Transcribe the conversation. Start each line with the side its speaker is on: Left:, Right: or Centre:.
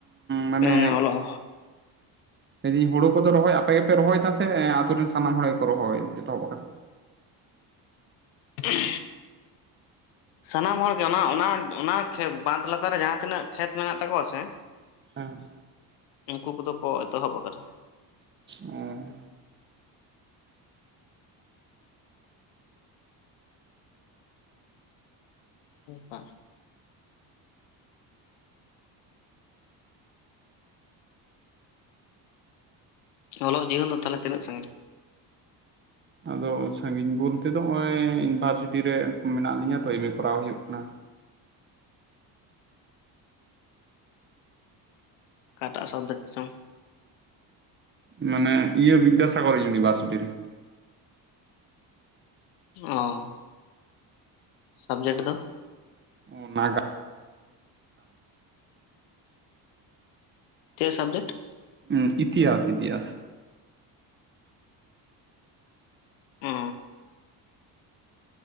Right: ᱢᱟᱱᱮ
Left: ᱚᱱᱮ ᱚᱞᱚᱜ
Right: ᱞᱟᱹᱭᱫᱟᱹᱧ ᱦᱩᱲᱩ ᱠᱚᱫᱚ ᱨᱚᱦᱚᱭ ᱟᱯᱮ ᱜᱮᱯᱮ ᱨᱚᱦᱚᱭᱮᱫᱟ ᱥᱮ ᱟᱛᱩ ᱨᱮᱱ ᱥᱟᱱᱟᱢ ᱦᱚᱲ ᱜᱮᱠᱚ ᱨᱚᱦᱚᱭ ᱮᱛᱚᱦᱚᱵ ᱠᱟ
Left: ᱦᱮᱸ ᱥᱟᱱᱟᱢ ᱦᱚᱲ ᱜᱮ ᱚᱱᱟ ᱚᱱᱟ ᱚᱱᱟ ᱵᱟᱸᱫᱽ ᱞᱟᱛᱟᱨ ᱨᱮ ᱡᱟᱦᱟᱸ ᱛᱤᱱᱟᱹᱜ ᱠᱷᱮᱛ ᱢᱮᱱᱟᱜ ᱛᱟᱠᱚᱣᱟ ᱥᱮ
Right: ᱦᱮᱸ
Left: ᱩᱱᱠᱩ ᱠᱚᱫᱚ ᱠᱚ ᱮᱛᱚᱦᱚᱵ ᱟᱠᱟᱫᱟ
Right: ᱚᱸ
Left: ᱵᱟᱨ ᱚᱞᱚᱜ ᱡᱤᱭᱚᱱ ᱫᱚ ᱛᱟᱞᱦᱮ ᱛᱤᱱᱟᱹᱜ ᱥᱟᱺᱜᱤᱟ
Right: ᱟᱫᱚ ᱥᱟᱺᱜᱤᱧ ᱵᱚᱞ ᱛᱮᱫᱚ ᱱᱚᱜᱼᱚᱭ ᱤᱭᱩᱱᱤᱵᱷᱟᱨᱥᱤᱴᱤ ᱨᱮ ᱢᱮᱱᱟᱜ ᱞᱤᱧᱟᱹ ᱛᱚ ᱮᱢ ᱮ ᱠᱚᱨᱟᱣ ᱦᱩᱭᱩᱜ ᱠᱟᱱᱟ
Left: ᱠᱟᱴᱟᱜ ᱥᱚᱵᱡ ᱪᱚᱝ
Right: ᱢᱟᱱᱮ ᱤᱭᱟᱹ ᱵᱤᱫᱟᱹᱥᱟᱜᱚᱨ ᱤᱭᱩᱱᱤᱵᱷᱟᱨᱥᱤᱴᱤ ᱨᱮ
Left: ᱚ ᱥᱟᱵᱽᱡᱮᱠᱴ ᱫᱚ
Right: ᱚᱱᱟ
Left: ᱪᱮᱫ ᱥᱟᱵᱽᱡᱮᱴ
Right: ᱦᱩᱸ ᱤᱛᱤᱦᱟᱥ ᱤᱛᱤᱦᱟᱥ
Left: ᱚ